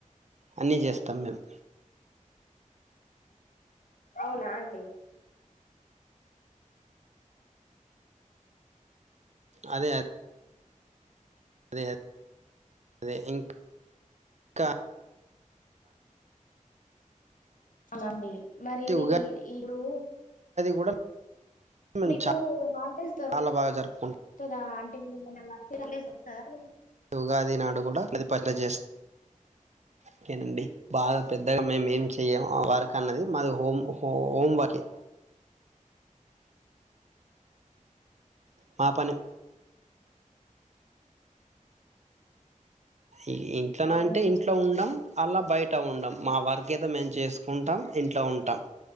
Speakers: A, on the right; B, on the left.
A: అన్నీ చేస్తాం మేము
B: అవునా అండి
A: అదే అద్ అదే అదే ఇంకా
B: అవునండి మరి
A: అంటే
B: మీ
A: ఉగాది
B: ఇప్పుడు
A: కూడా మేము
B: మీకు హాలిడేస్
A: చాలా
B: దొరకుతదా
A: బాగా జరుపుకుంటామండి.
B: అంటే <inaudible> హాలడేస్ తాలు
A: ఉగాది నాడు కూడా ప్రదిపష్ట చేస్ ఓకేనండి బాగా పెద్దగా మేము ఏం చెయ్యము వర్క్ అన్నది మాది హోం హోం వర్కే మా పని ఈ ఇంట్లోనా
B: అవునా
A: అంటే ఇంట్లో
B: అండి
A: ఉండం అలా బయట టా ఉండం మా వర్క్ అయితే మేము చేసుకుంటాం ఇంట్లో ఉంటాం